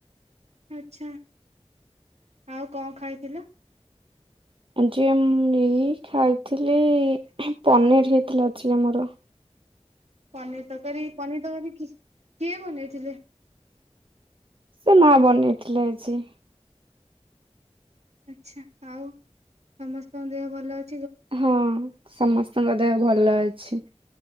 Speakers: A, on the right; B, on the right.
A: ଆଚ୍ଛା ଆଉ କଣ ଖାଇଥିଲ?
B: ଆଜି ମଁ ଏଇ ଖାଇଥିଲି ପନିର ହେଇଥିଲା ଆଜି ଆମର।
A: ପନିର ତରକାରୀ ପନିର ତରକାରୀ କି କିଏ ବନେଇଥିଲେ?
B: ସେ ମା ବନେଇଥିଲେ ଆଜି।
A: ଆଛା ଆଉ ସମସ୍ତଙ୍କ ଦେହ ଭଲ ଅ
B: ହଁ ସମସ୍ତଙ୍କ ଦେହ ଭଲ ଅଛି।